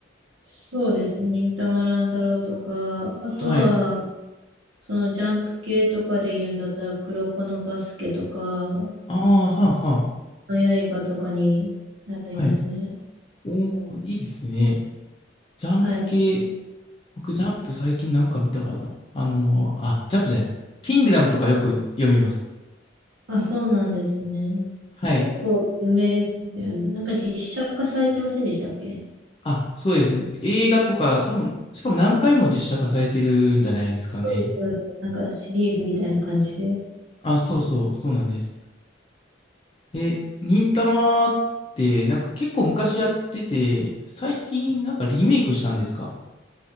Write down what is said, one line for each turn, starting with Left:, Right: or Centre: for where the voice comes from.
Right: そうですね。忍たま乱太郎とか、あとは、
Left: はい。
Right: そのジャンプ系とかで言うんだったら、黒子のバスケとか、の
Left: ああ、はあ、は
Right: 刃とかになりますね。
Left: あ。はい。おお、いいですね。ジャンプ系、
Right: はい。
Left: 僕ジャンプ最近なんか見たかなあのーあ、ジャンプじゃない。キングダムとかよく読みます。
Right: あ、そうなんですね。
Left: はい。
Right: 結構有名ですよね。なんか実写化されてませんでしたっけ
Left: あ、そうです。映画とか、多分、しかも何回も実写化されてるんじゃないですかね。
Right: そうですよね。なんかシリーズみたいな感じで。
Left: あ、そうそう、そうなんです。え、忍たまって、なんか結構昔やってて、最近なんかリメイクしたんですか